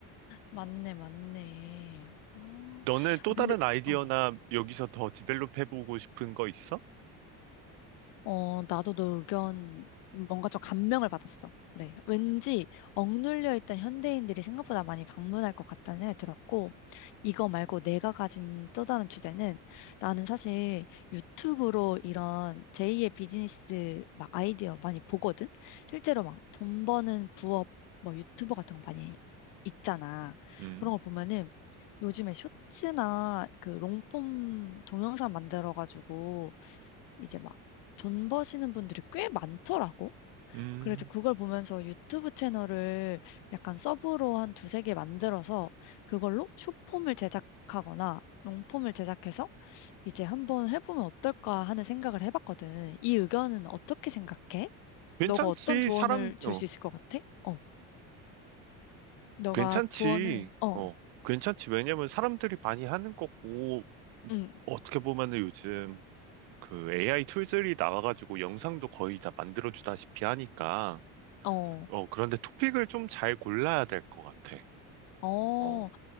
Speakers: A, on the left (about 60°); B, on the right (about 70°).
A: 맞네, 맞네. 어.
B: 너는 또
A: 아, 근데,
B: 다른 아이디어나
A: 어.
B: 여기서 더 디벨롭 해보고 싶은 거 있어?
A: 어, 나도 너 의견 뭔가 좀 감명을 받았어. 그래. 왠지 억눌려 있던 현대인들이 생각보다 많이 방문할 것 같다는 생각이 들었고, 이거 말고 내가 가진 또 다른 주제는 나는 사실 유튜브로 이런 제2의 비즈니스 막 아이디어 많이 보거든? 실제로 막 돈 버는 부업 뭐 유튜버 같은 거 많이 있잖아.
B: 음,
A: 그런 거 보면은 요즘에 쇼츠나 그 롱폼 동영상 만들어가지고 이제 막 돈 버시는 분들이 꽤 많더라고.
B: 음,
A: 그래서 그걸 보면서 유튜브 채널을 약간 서브로 한 두세 개 만들어서 그걸로 숏폼을 제작하거나 롱폼을 제작해서 이제 한번 해보면 어떨까 하는 생각을 해봤거든. 이 의견은 어떻게 생각해?
B: 괜찮지.
A: 너가 어떤 조언을
B: 사람,
A: 줄
B: 어,
A: 수 있을 것 같아? 어, 너가
B: 괜찮지.
A: 조언을, 어,
B: 어, 괜찮지. 왜냐면 사람들이 많이 하는 거고,
A: 응,
B: 어떻게 보면은 요즘 그 AI 툴들이 나와가지고 영상도 거의 다 만들어주다시피 하니까,
A: 어.
B: 어, 그런데 토픽을 좀 잘 골라야 될 것 같아.
A: 어,
B: 어,